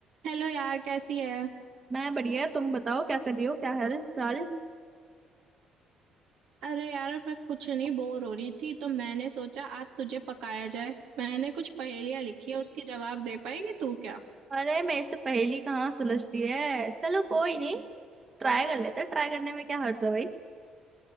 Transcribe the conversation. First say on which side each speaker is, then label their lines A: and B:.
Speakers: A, on the right; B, on the right.
A: Hello यार कैसी है
B: मैं बढ़िया तुम बताओ क्या कर रही हो क्या हाल चाल
A: अरे यार मैं कुछ नहीं बोर हो रही थी तो मैंने सोचा आज तुझे पकाया जाए मैंने कुछ पहेलियां लिखी है उसके जवाब दे पाएगी तू क्या
B: अरे मेरे से पहेली कहाँ सुलझती है चलो कोई नहीं ट्राई कर लेते हैं। ट्राई करने में क्या हर्ज है भाई